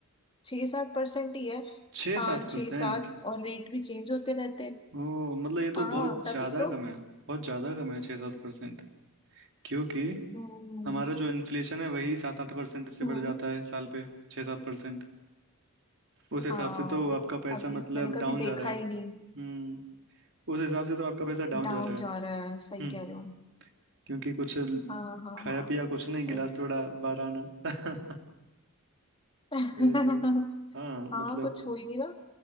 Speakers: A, on the left (about 25°); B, on the right (about 60°).
A: छः सात परसेंट ही है
B: छः
A: पाँच
B: सात परसेंट
A: छः सात और रेट भी चेंज होते रहते हैं
B: ओ मतलब ये तो
A: हाँ
B: बहुत
A: तभी
B: ज्यादा
A: तो
B: कम है बहुत ज्यादा कम है छः सात परसेंट क्योंकि
A: हम्म
B: हमारा जो इन्फ्लेशन है वही सात आठ परसेंट से
A: हम्म
B: बढ़ जाता है साल पे छः सात परसेंट उस हिसाब
A: हाँ
B: से तो आपका पैसा
A: तभी
B: मतलब
A: मैंने कभी
B: डाउन
A: देखा
B: जा रहा है
A: ही नहीं
B: हम्म उस हिसाब से तो आपका पैसा डाउन
A: डाउन
B: जा रहा है
A: जा रहा है सही
B: हम्म
A: कह रहे हो
B: क्योंकि कुछ
A: हाँ हाँ
B: खाया
A: हाँ
B: पिया कुछ नहीं गिलास
A: वही
B: थोड़ा बाहर आना <laughs>
A: <laughs>
B: वही तो हाँ
A: हाँ
B: मतलब
A: कुछ हो ही नहीं ना